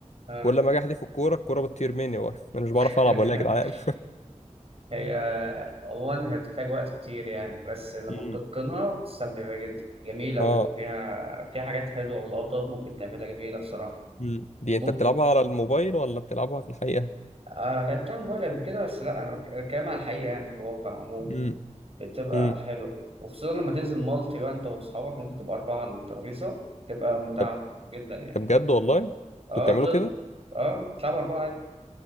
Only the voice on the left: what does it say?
كل ما اجي احدف الكورة الكورة بتطير مني و- <laughs> انا مش بعرف
العب ولا يا جدعان
امم
<laughs> اه
امم دي
انت بتلعبها على الموبايل ولا بتلعبها في الحقيقة
امم
امم
طب
ده بجد والله انتوا
بتعملوا
كده